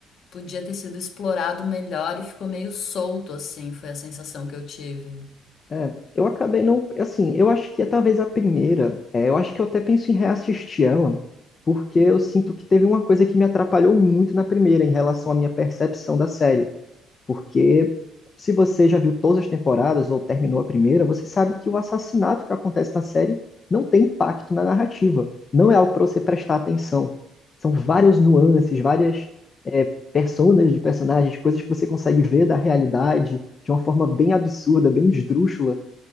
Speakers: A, on the left; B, on the left.
A: podia ter sido explorado melhor e ficou meio solto, assim, foi a sensação que eu tive.
B: É, eu acabei não, assim, eu acho que é talvez a primeira, é, eu acho que eu até penso em reassistir ela, porque eu sinto que teve uma coisa que me atrapalhou muito na primeira em relação à minha percepção da série Porque se você já viu todas as temporadas ou terminou a primeira, você sabe que o assassinato que acontece na série não tem impacto na narrativa. Não é algo para você prestar atenção. São várias nuances, várias é, personas de personagens, coisas que você consegue ver da realidade de uma forma bem absurda, bem esdrúxula,